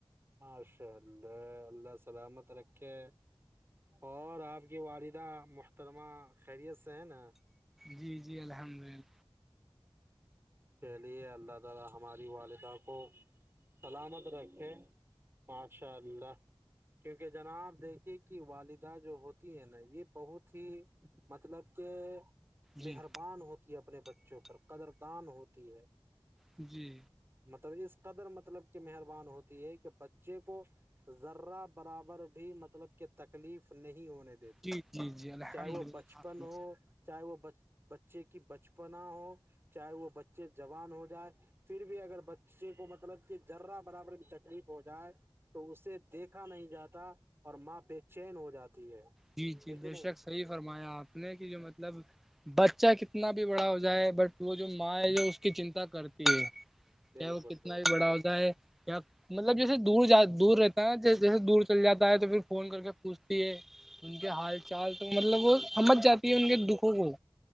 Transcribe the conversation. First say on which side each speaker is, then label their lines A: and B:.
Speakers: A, on the right; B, in the centre.
A: ماشاء اللہ اللہ سلامت رکھے اور آپ کہ والدہ محترمہ خیریت سے ہیں نا
B: جی- جی الحمد للہ
A: کے لیے اللہ تعالی ہماری والدہ کو- سلامت رکھیں ماشاء اللہ کیونکہ جناب دیکھیے کہ والدہ جو ہوتی ہے نا یہ بہت ہی مطلب کہ مہربان
B: جی
A: ہوتی ہے اپنے بچوں پر قدردان ہوتی ہے
B: جی
A: مطلب اس قدر مطلب کہ مہربان ہوتی ہے کہ بچے کو ذرہ برابر بھی مطلب کہ تکلیف نہیں ہونے دیتے
B: جی جی جی الحمد
A: چاہے وہ
B: للہ
A: بچپن ہو چاہے وہ بچے کی بچپنا ہو چاہے وہ بچے جوان ہو جائے پھر بھی اگر بچے کو مطلب کہ جرہ برابر کی تکلیف ہو جائے تو اسے دیکھا نہیں جاتا اور ماں بے چین ہو جاتی ہے
B: جی جی
A: ہے کہ
B: بے
A: نہیں
B: شک صحیح فرمایا آپ نے کہ جو مطلب بچہ کتنا بھی بڑا ہو جائے بٹ وہ جو ماں ہے جو اس کی چنتا کرتی ہے
A: بالکل
B: کیا وہ کتنا
A: بالکل
B: بھی بڑا
A: صحیح
B: ہوتا ہے کیا مطلب جیسے دور ج دور رہتا ہے ن جیسے دور چل جاتا ہے تو پھر فون کر کے پوچھتی ہے ان کے حال چال تو مطلب وہ سمجھ جاتی ہے ان کے دکھوں کو